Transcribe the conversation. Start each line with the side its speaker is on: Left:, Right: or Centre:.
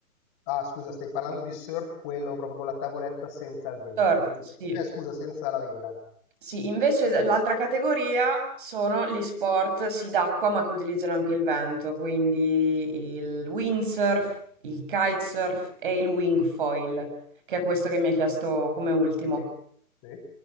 Left: Ah, scusa, stai parlando di surf, quello proprio con la tavoletta senza il vento,
Right: Surf,
Left: giusto?
Right: sì.
Left: Eh, scusa, senza la vela.
Right: Sì, invece d- l'altra categoria sono gli sport, sì, d'acqua, ma che utilizzano anche il vento, quindi il windsurf, il kitesurf e il wingfoil, che è questo che mi hai chiesto come ultimo.
Left: Sì, sì,